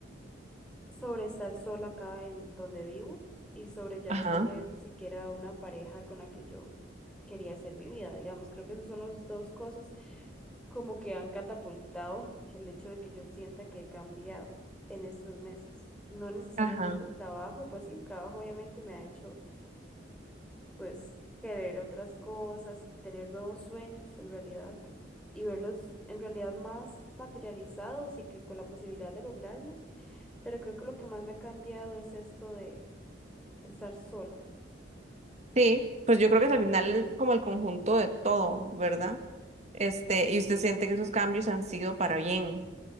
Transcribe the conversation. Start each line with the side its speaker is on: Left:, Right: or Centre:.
Centre: sobre estar sola acá en donde vivo y sobre ya
Right: Ajá,
Centre: no tener ni siquiera una pareja con la que yo quería hacer mi vida, digamos. Creo que esas son las dos cosas como que han catapultado <laughs> el hecho de que yo sienta que he cambiado en estos meses. No necesariamente
Right: ajá.
Centre: el trabajo, pues sí, el trabajo obviamente me ha hecho pues querer otras cosas y tener nuevos sueños en realidad y verlos en realidad más materializados y que con la posibilidad de lograrlos. Pero creo que lo que más me ha cambiado es esto de estar sola.
Right: Sí, pues yo creo que es al final como el conjunto de todo, ¿verdad? Este, y usted siente que esos cambios han sido para bien